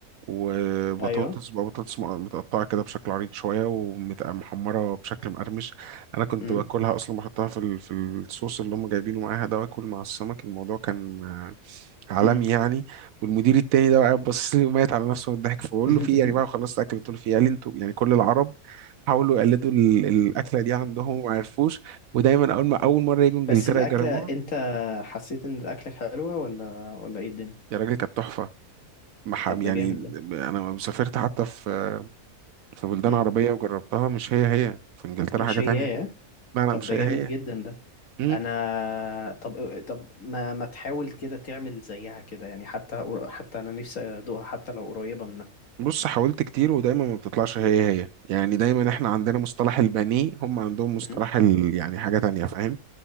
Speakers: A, on the right; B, on the left.
A: وبطاطس
B: ايوه
A: بقى بطاطس م- متقطعة كده بشكل عريض شوية ومحمرة بشكل مقرمش أنا كنت
B: امم
A: باكلها أصلا بحطها في ال- في الصوص اللي هم جايبينه معاها ده وآكل مع السمك الموضوع كان آه، عالمي
B: امم
A: يعني والمدير التاني ده بقى قاعد باصص لي وميت على نفسه من الضحك فبقول
B: <laughs>
A: له في إيه يعني بقى خلصت أكل قلت له في إيه؟ قال لي أنتوا يعني كل العرب حاولوا يقلدوا ال- الأكلة دي عندهم وما عرفوش ودايما أول ما أول مرة يجوا إنجلترا
B: بس الأكلة
A: يجربوها
B: انت حسيت ان الأكلة حلوة ولا ولا ايه الدنيا
A: يا راجل كانت تحفة محام
B: طب ده
A: يعني
B: جامد ده
A: أنا سافرت حتى في في بلدان
B: امم
A: عربية وجربتها مش هي هي في انجلترا
B: مش
A: حاجة تانية
B: هي
A: لا لا
B: طب
A: مش
B: ده
A: هي
B: جامد
A: هي
B: جدا ده
A: مم.
B: انا طب طب ما ما تحاول كده تعمل زيها كده يعني حتى حتى انا نفسي ادوقها حتى لو قريبة منها
A: بص حاولت كتير ودايما ما بتطلعش هي هي يعني دايما احنا عندنا مصطلح البانيه هم عندهم مصطلح
B: أم،
A: ال... يعني حاجة تانية فاهم